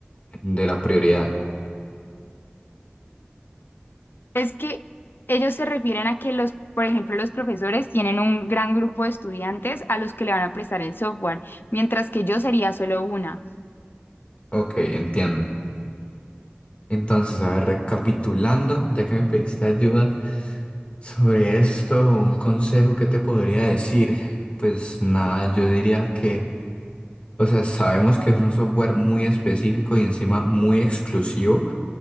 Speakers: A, on the left; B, on the left.
A: de la prioridad.
B: Es que ellos se refieren a que los, por ejemplo, los profesores tienen un gran grupo de estudiantes a los que le van a prestar el software, mientras que yo sería solo una.
A: Ok, entiendo. Entonces, a ver, recapitulando, ya que me pediste ayuda. Sobre esto, un consejo que te podría decir, pues nada, yo diría que, o sea, sabemos que es un software muy específico y encima muy exclusivo,